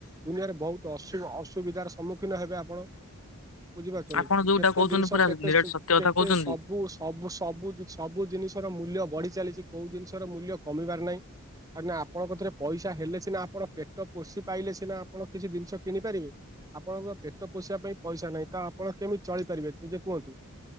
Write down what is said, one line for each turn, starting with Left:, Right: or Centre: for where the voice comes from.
Right: ଦୁନିଆରେ ବହୁତ ଅସୁ ଅସୁବିଧାର ସମ୍ମୁଖୀନ ହେବେ ଆପଣ। ବୁଝିପାରୁଛନ୍ତି
Left: ଆପଣ ଯୋଉଟା
Right: କେତେ
Left: କହୁଛନ୍ତି
Right: ଜିନିଷ
Left: ପୁରା
Right: କେତେ
Left: ନିରାଟ
Right: ସ
Left: ସତ୍ୟ କଥା
Right: କେତେ
Left: କହୁଛନ୍ତି।
Right: ସବୁ ସବୁ ସବୁ କିଛି ସବୁ ଜିନିଷର ମୂଲ୍ୟ ବଢି ଚାଲିଛି। କୋଉ ଜିନିଷର ମୂଲ୍ୟ କମିବାର ନାହିଁ। ନା ଆପଣଙ୍କ ଥ୍ରୁ ରେ ପଇସ୍ ଟା ହେଲେ ସିନା ଆପଣ ପେଟ ପୋଷି ପାଇଲେ ସିନା ଆପଣ କିଛି ଜିନିଷ କିଣିପାରିବେ। ଆପଣଙ୍କର ପେଟ ପୋଷିବା ପାଇଁ ପଇସା ନାହିଁ ତ ଆପଣ କେମିତି ଚଳିପାରିବେ ନିଜେ କୁହନ୍ତୁ।